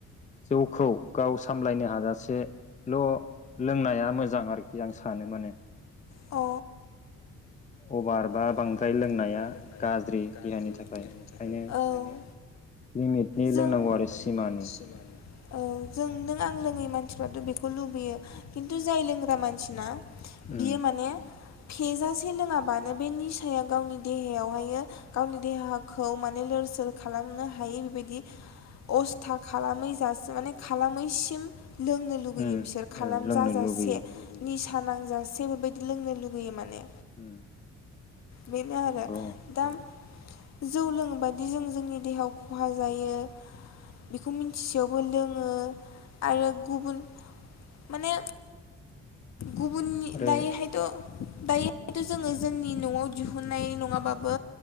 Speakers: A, on the left; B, on the left.
A: जौखौ गाव सामलायनो हाजासेल' लोंनाया मोजां आरोखि आं सानो माने
B: अ
A: अभार बा
B: अभार
A: बांद्राय
B: बा बांद्राय लोंनाया
A: गाज्रि
B: गाज्रि
A: देहानि थाखाय
B: देहनि
A: ओंखायनो
B: थाखाय औ
A: लिमिटनि
B: ज लोंनांगौ
A: आरो सिमानि
B: आरो सिमानि जों नों आं लोङै मानसिफ्राथ' बेखौ लुबैयो खिन्थु जाय लोंग्रा मानसिना
A: उम
B: बियो माने फेजासे लोङाबानो बे निसाया गावनि देहायावहाय गावनि देहाखौ माने लोरसोर खालामनो हायै बेबायदि अस्था खालामै जासि माने खालामैसिम लोंनो लुगैयो
A: उम
B: बिसोर खालामजाजासे
A: औ लोंनो लुबैयो
B: निसा नांजासे बेबायदि लोंनो लुगैयो माने
A: उम
B: बेनो आरो
A: नंगौ
B: दा जौ लोङ बायि जों जोंनि देहायाव खहा जायो बेखौ मिथिसेयावबो लोङो आरो गुबुन माने। गुबुननि
A: आरो
B: दायोैहायथ'। दायोथ' जोङो। जोंनि न'आव दिहुनाय नङाबाबो